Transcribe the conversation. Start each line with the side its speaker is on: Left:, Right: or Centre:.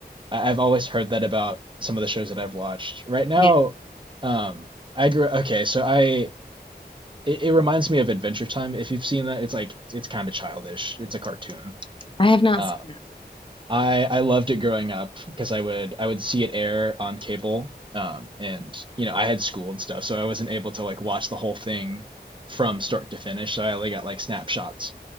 Right: I, I've always heard that about some of the shows that I've watched. Right now,
Left: yeah.
Right: um I grew okay, so I it, it reminds me of Adventure Time. If you've seen that, it's like it's kind of childish. It's a cartoon.
Left: I have not
Right: Um,
Left: seen that.
Right: I I loved it growing up because I would I would see it air on cable. Um, and you know I had school and stuff, so I wasn't able to like watch the whole thing from start to finish. So I only got like snapshots